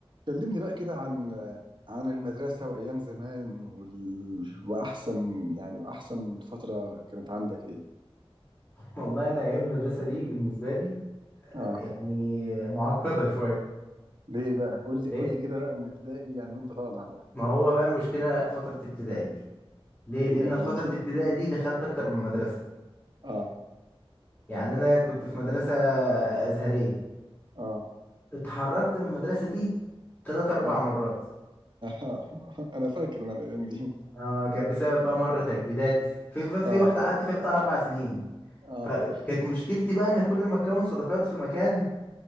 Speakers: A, on the right; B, on the left.
A: كلمني بقى كده عن عن المدرسة وأيام زمان وال... وأحسن يعني وأحسن فترة كانت عندك إيه؟
B: والله انا ايام المدرسه دي بالنسبه لي
A: آه
B: يعني معقده شويه
A: ليه بقى؟ قول لي
B: ليه
A: قول لي كده بقى من ابتدائي يعني وأنت طالع بقى
B: ما هو بقى المشكله فتره ابتدائي دي ليه
A: إيه
B: لان
A: بقى قول
B: فتره ابتدائي
A: لي
B: دي دخلت اكتر من مدرسه
A: <laughs> آه
B: يعني انا كنت في مدرسه ازهريه
A: آه
B: اتحركت من المدرسه دي ثلاث اربع
A: آه
B: مرات
A: آه <laughs> أنا فاكر أنا الأيام دي
B: آه كانت بسبب بقى مره تجديدات في في, في
A: آه
B: واحده قعدت فيها بتاع اربع سنين
A: آه
B: فكانت
A: <laughs>
B: مشكلتي بقى ان كل ما تكون صداقات في مكان